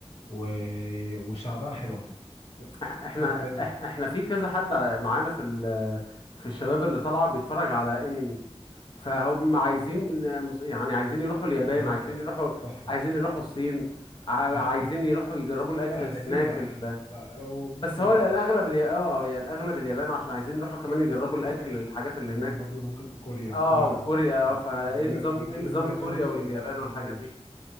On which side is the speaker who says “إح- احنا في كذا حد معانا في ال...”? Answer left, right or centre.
Left